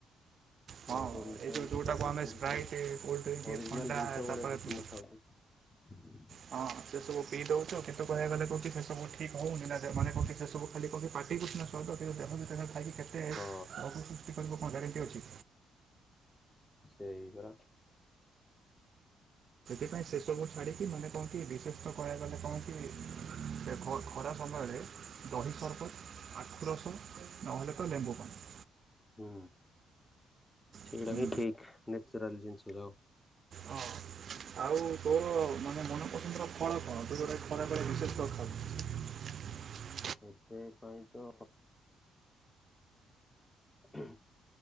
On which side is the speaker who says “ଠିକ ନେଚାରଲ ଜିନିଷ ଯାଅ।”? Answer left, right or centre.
Left